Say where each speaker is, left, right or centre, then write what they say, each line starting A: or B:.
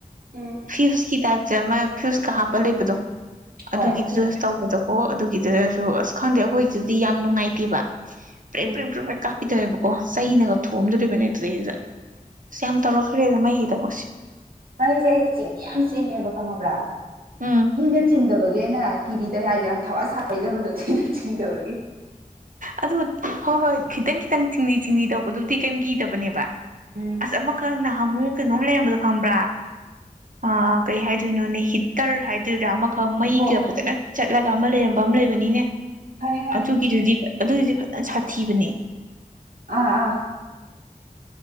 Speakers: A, on the right (about 85°); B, on the right (about 65°).
A: ꯎꯝ
B: ꯐ꯭ꯌꯨꯁꯀꯤ ꯇꯥꯏꯞꯇ ꯃꯥ ꯐ꯭ꯌꯨꯁꯀ ꯍꯥꯞꯄ ꯂꯩꯕꯗꯣ ꯑꯗꯨꯒꯤꯗꯨꯗ
A: ꯍꯣꯏ
B: ꯇꯧ ꯗꯀꯣ ꯑꯗꯨꯒꯤꯗꯨꯗꯁꯨ ꯑꯁ ꯈꯪꯗꯦ ꯑꯈꯣꯏꯒꯤꯗꯨꯗꯤ ꯌꯥꯝ ꯅꯨꯡꯉꯥꯏꯇꯦꯕ ꯄ꯭ꯔꯦ
A: ꯎꯝ
B: ꯄ꯭ꯔꯦ ꯄ꯭ꯔꯦꯛ ꯀꯥꯞ ꯄꯤ ꯇꯧꯋꯦꯕꯀꯣ ꯆꯩꯅꯒ ꯊꯣꯝꯗꯣꯔꯤꯕꯅꯦ ꯑꯗꯨꯗꯩꯗꯨꯗ ꯑꯁ ꯌꯥꯝ ꯇꯧꯔꯛꯈ꯭ꯔꯦꯗ ꯃꯩꯒꯤꯗꯕꯛꯁꯦ
A: ꯃꯩꯖꯦ ꯑꯩꯖꯦ ꯆꯤꯡꯗꯤ ꯌꯥꯝ ꯆꯤꯡꯉꯦꯕ ꯈꯪꯉꯕ꯭ꯔ
B: ꯎꯝ
A: ꯃꯤꯗ ꯆꯤꯡꯗꯕꯩ ꯑꯩꯅ ꯀꯤꯕꯤꯗꯦ ꯍꯥꯏꯖꯦ ꯌꯥꯝ ꯊꯋꯥ ꯁꯥꯥꯕꯤꯗꯕꯗꯣ ꯊꯤꯅ ꯆꯤꯡꯗꯕꯒꯤ
B: ꯑꯗꯨ ꯍꯣꯏ ꯍꯣꯏ ꯈꯤꯇꯪ ꯈꯤꯇꯪ ꯆꯤꯡꯂꯤ ꯆꯤꯡꯂꯤ ꯇꯧꯕꯗꯨꯕꯨꯗꯤ ꯀꯩꯝ ꯀꯤꯗꯕꯅꯦꯕ
A: ꯎꯝ
B: ꯑꯁ ꯑꯃꯈꯛ ꯅꯍꯟꯃꯨꯛ ꯀꯩꯅꯣꯝ ꯂꯩꯔꯝꯕꯗꯣ ꯈꯪꯕ꯭ꯔ ꯑꯥ ꯀꯩ ꯍꯥꯏꯗꯣꯏꯅꯣꯅꯦ ꯍꯤꯇꯔ ꯍꯥꯏꯗꯣꯏꯔ ꯑꯃꯒ ꯃꯩꯒ
A: ꯑꯣ
B: ꯐꯖꯅ ꯆꯠꯂꯒ ꯑꯃ ꯂꯩꯔꯝꯕ ꯑꯃ ꯂꯩꯕꯅꯤꯅꯦ
A: ꯈꯪꯉꯦ ꯈꯪꯉꯦ
B: ꯑꯗꯨꯒꯤꯗꯨꯗꯤ ꯑꯗꯨꯒꯤꯗꯤ ꯐꯖꯅ ꯁꯥꯊꯤꯕꯅꯦ
A: ꯑꯥ ꯑꯥ